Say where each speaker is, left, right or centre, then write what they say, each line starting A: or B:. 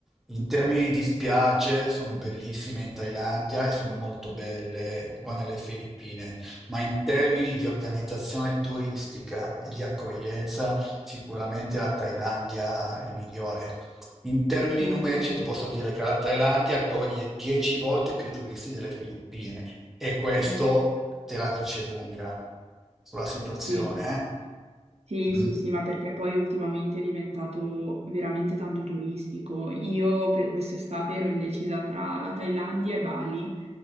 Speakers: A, in the centre; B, on the right.
A: In termini di spiagge, sono bellissime in Thailandia e sono molto belle qua nelle Filippine, ma in termini di organizzazione turistica e di accoglienza, Sicuramente la Thailandia è migliore. In termini
B: certo.
A: numerici ti posso dire che la Thailandia accoglie 10 volte più turisti delle Filippine e questo
B: Eh,
A: te la dice lunga sulla situazione,
B: Sì, Sì,
A: eh? Mm.
B: sì, sì, ma perché poi ultimamente è diventato veramente tanto turistico. Io per quest'estate ero indecisa tra la Thailandia e Bali,